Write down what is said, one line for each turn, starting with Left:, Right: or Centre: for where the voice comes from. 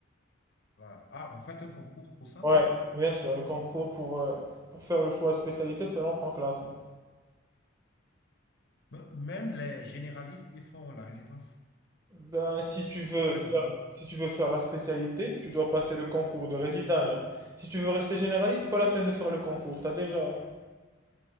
Left: Voilà. Ah, vous faites un concours pour ça?
Right: Ouais, bien sûr, le concours pour, euh, pour faire le choix de spécialité selon ton classement.
Left: Mais Même les généralistes, ils font la résidence
Right: Ben, si tu veux
Left: après
Right: faire,
Left: concours.
Right: si tu veux faire la spécialité, tu dois passer le concours de résident.
Left: Oui,
Right: alors. Si tu veux rester généraliste, pas la peine de faire le concours. T'as déjà,